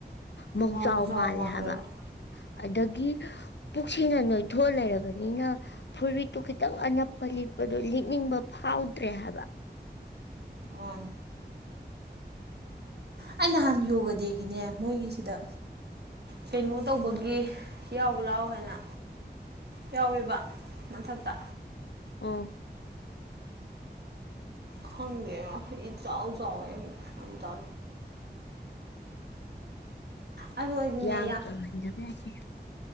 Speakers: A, on the left; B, on the right.
A: ꯃꯧ
B: ꯃꯧꯖꯥꯎ
A: ꯆꯥꯎꯥꯎ ꯃꯥꯜꯂꯦ
B: ꯃꯥꯟꯕꯗꯣ
A: ꯍꯥꯏꯕ ꯑ ꯒꯤ ꯄꯨꯛ ꯁꯅ ꯅꯣꯏꯊꯣꯛ ꯂꯩꯔꯕꯅꯤꯅ ꯐꯨꯔꯤꯠꯇꯨ ꯈꯤꯇꯪ ꯑꯅꯞꯄ ꯂꯤꯞ ꯑꯗꯨ ꯂꯤꯛꯅꯤꯡꯕ ꯐꯥꯎꯗ꯭ꯔꯦ ꯍꯥꯏꯕ
B: ꯑꯣ ꯑꯩ ꯅꯍꯥꯟ ꯌꯣꯒ ꯗꯦꯒꯤꯅꯦ ꯃꯣꯏꯒꯤꯁꯤꯗ ꯀꯩꯅꯣ ꯇꯧꯕꯒꯤ ꯌꯥꯎ ꯂꯥꯎ ꯍꯥꯏꯅ ꯌꯥꯎꯋꯦꯕ ꯃꯊꯛꯇ
A: ꯑꯥ
B: ꯈꯪꯗꯦ ꯏ ꯆꯥꯎꯎ ꯆꯎꯦ ꯑꯗ ꯑꯗꯣ ꯑꯩꯗꯤꯅꯦ
A: ꯌꯥ ꯀꯗꯕꯁꯤ